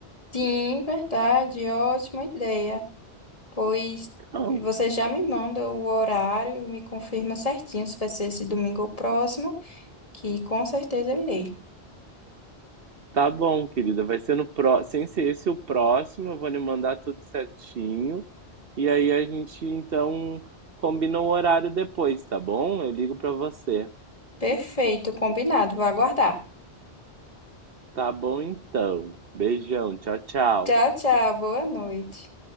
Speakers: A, on the left; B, on the right.
A: Sim, verdade, ótima ideia. Pois
B: Não.
A: você já me manda o horário e me confirma certinho se vai ser esse domingo ou próximo, que com certeza eu irei.
B: Tá bom, querida. Vai ser no pró, sem ser esse o próximo, eu vou lhe mandar tudo certinho. E aí a gente então combina o horário depois, tá bom? Eu ligo pra você.
A: Perfeito, combinado, vou aguardar.
B: Tá bom então. Beijão, tchau, tchau.
A: Tchau, tchau, boa noite.